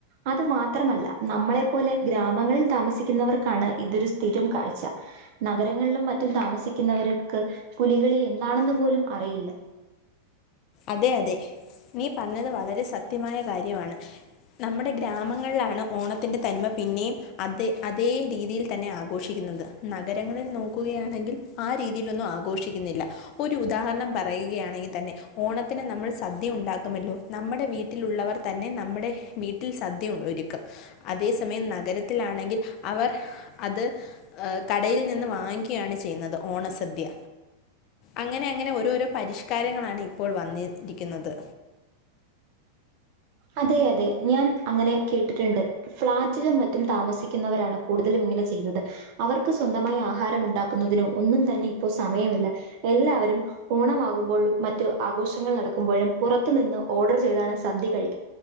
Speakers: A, on the right (about 45°); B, on the left (about 40°).
A: അത് മാത്രമല്ല നമ്മളെ പോലെ ഗ്രാമങ്ങളിൽ താമസിക്കുന്നവർക്കാണ് ഇതൊരു സ്ഥിരം കാഴ്ച നഗരങ്ങളിലും മറ്റും താമസിക്കുന്നവര്ക്ക് പൂലികളി എന്താണെന്ന് പോലും അറിയില്ല
B: അതെ അതെ നീ പറഞ്ഞത് വളരെ സത്യമായ കാര്യവാണ് നമ്മുടെ ഗ്രാമങ്ങളിലാണ് ഓണത്തിൻ്റെ തനിമ പിന്നെയും അതേ അതേ രീതിയിൽ തന്നെ ആഘോഷിക്കുന്നത്. നഗരങ്ങളിൽ നോക്കുകയാണെങ്കിൽ ആ രീതിയിലൊന്നും ആഘോഷിക്കുന്നില്ല. ഒരു ഉദാഹരണം പറയുകയാണെങ്കിൽ തന്നെ ഓണത്തിന് നമ്മൾ സദ്യ ഉണ്ടാക്കുമല്ലോ? നമ്മുടെ വീട്ടിലുള്ളവർ തന്നെ നമ്മുടെ വീ ട്ടിൽ സദ്യ ഒരുക്കും അതേ സമയം നഗരത്തിലാണെങ്കിൽ അവർ അത് ഏ കടയിൽ നിന്ന് വാങ്ങിക്കയാണ് ചെയ്യുന്നത് ഓണസദ്യ. അങ്ങനെ അങ്ങനെ ഓരോരോ പരിഷ്കാരങ്ങളാണ് ഇപ്പോൾ വന്ന് ഇരിക്കുന്നത്.
A: അതെ അതെ ഞാൻ അങ്ങനെ കേട്ടിട്ടുണ്ട്. ഫ്ളാറ്റിലും മറ്റും താമസിക്കുന്നവരാണ് കൂടുതലും ഇങ്ങനെ ചെയ്യുന്നത് അവർക്ക് സ്വന്തമായി ആഹാരം ഉണ്ടാക്കുന്നതിനോ ഒന്നും തന്നെ ഇപ്പോ സമയമില്ല. എല്ലാവരും ഓണമാകു മ്പോളും മറ്റ് ആഘോഷങ്ങൾ നടക്കുമ്പോഴും പുറത്തു നിന്ന് ഓർഡർ ചെയ്താണ് സദ്യ കഴി